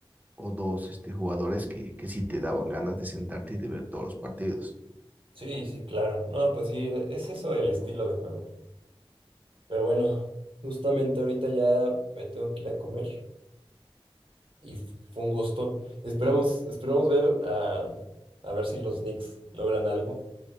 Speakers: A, on the right; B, on the right.
A: o dos este, jugadores que, que sí te daban ganas de sentarte y de ver todos los partidos.
B: Sí, sí, sí, claro. No, pues sí, es eso el estilo de juego. Pero bueno, justamente ahorita ya me tengo que ir a comer y f- fue un gusto. Esperamos, esperamos ver a, a ver si los Knicks logran algo.